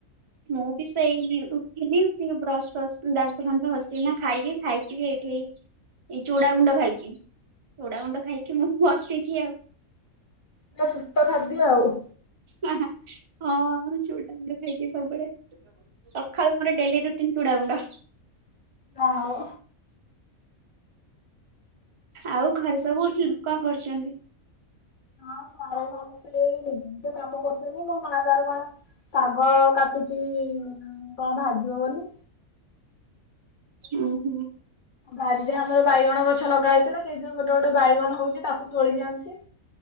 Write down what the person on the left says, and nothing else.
ପୁରା ସୁସ୍ଥ ଖାଦ୍ୟ ଆଉ।
ଆଉ
ହଁ ଘର ସେ ତ କାମ କରୁଚନ୍ତିି ମୋ ମା ତାର କଣ ଶାଗ କାଟୁଚି କଣ ଭାଜିବ ବୋଲି।
ବାଡିରେ ଆମର ବାଇଗଣ ଗଛ ଲଗା ହେଇଥିଲା ସେଇଥିରୁ ଗୋଟେ ଗୋଟେ ବାଇଗଣ ହଉଚି ତାକୁ ତୋଳିକି ଆଣୁଚି।